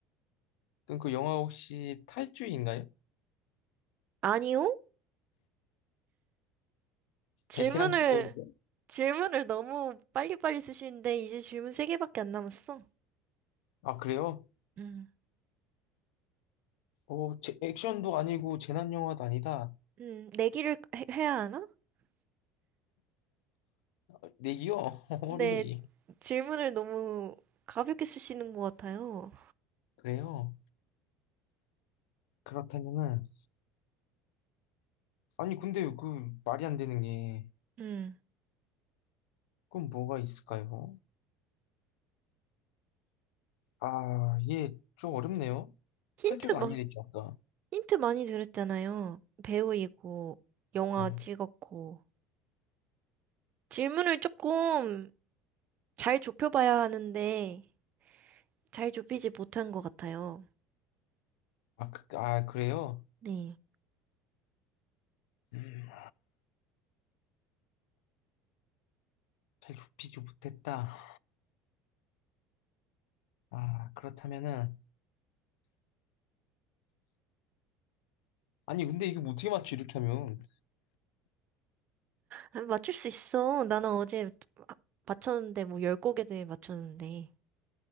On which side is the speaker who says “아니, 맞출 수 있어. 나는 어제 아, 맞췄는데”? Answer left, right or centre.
Right